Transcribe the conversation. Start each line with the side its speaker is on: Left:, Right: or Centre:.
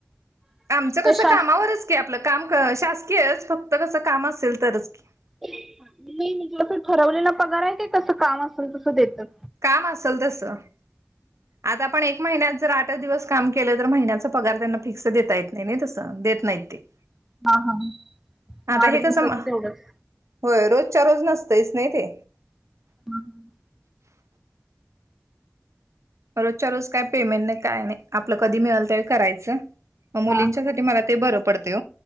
Right: आमचं
Centre: का
Right: कसं
Centre: शास
Right: कामावरच की आपलं काम शासकीयच फक्त कसं काम असेल तरच की.
Centre: नाही म्हंटल तर ठरवलेला पगार आहे काय कसं काम असेल तसं देतात.
Right: काम असल तस, आता आपण एक महिन्यात जर आ आ दिवस काम केलं तर महिन्याचा पगार त्यांना फिक्स देता येत नाही नाही तसं देत नाहीत ते.
Centre: <unintelligible>
Right: आता
Centre: आठ
Right: हे
Centre: दिवसाच
Right: कसं,
Centre: तेवढंच
Right: होय रोजच्या रोज नसतंय च नाही ते.
Centre: हम्.
Right: रोजच्या रोज काय पेमेंट नाही काय नाही आपलं कधी मिळेल तरी करायचं म मुलींच्यासाठी
Centre: हा
Right: मला ते बरं पडते